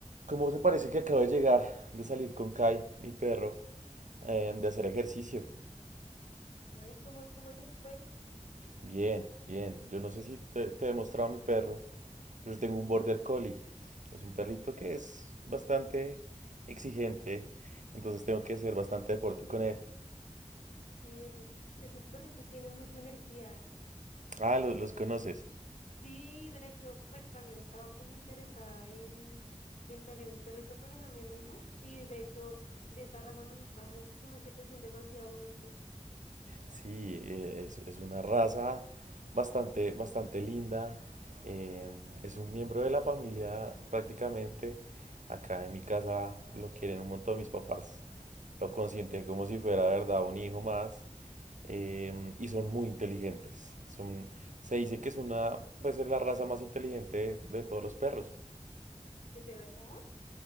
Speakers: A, on the right; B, on the left.
A: ¿Cómo te parece que acabo de llegar de salir con Kai, mi perro, eh, de hacer ejercicio?
B: Ay, ¿cómo, cómo les fue?
A: Bien, bien. Yo no sé si te, te he mostrado a mi perro, pero yo tengo un Border Collie. Es un perrito que es bastante exigente, entonces tengo que hacer bastante deporte con él.
B: Uy, esos, esos perritos tienen mucha energía.
A: Ah, lo- los conoces.
B: Sí, de hecho, pues también estaba como interesada en, en tener un perrito, pero no me animo. Y de hecho, de esa razón me gusta mucho. Se me hace que son demasiado bonitos.
A: Sí, eh, es, es una raza bastante, bastante linda. eh, es un miembro de la familia prácticamente. Acá en mi casa lo quieren un montón. Mis papás lo consienten como si fuera, de verdad, un hijo más. eh, y son muy inteligentes. Son, se dice que es una, pues es la raza más inteligente de, de todos los perros.
B: ¿De verdad?